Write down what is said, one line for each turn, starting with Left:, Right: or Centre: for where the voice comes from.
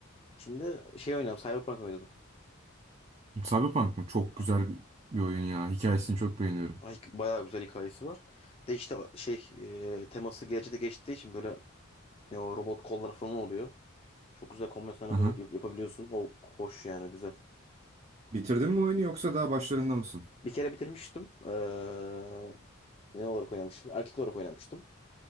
Left: Şimdi şey oynadım Cyberpunk oynadım.
Right: Cyberpunk mı? Çok
Left: ah,
Right: güzel bir, bir oyun ya. Hikayesini çok beğeniyorum.
Left: Ay, bayağı güzel hikayesi var. De işte şey e, teması gelecekte geçtiği için böyle ne o robot kollar falan oluyor. Çok güzel kombinasyonlar
Right: Aha.
Left: yapabili- yapabiliyorsun. O hoş yani güzel.
Right: Bitirdin mi oyunu yoksa daha başlarında mısın?
Left: Bir kere bitirmiştim. Ee, ne olarak oynamıştım? Erkek olarak oynamıştım.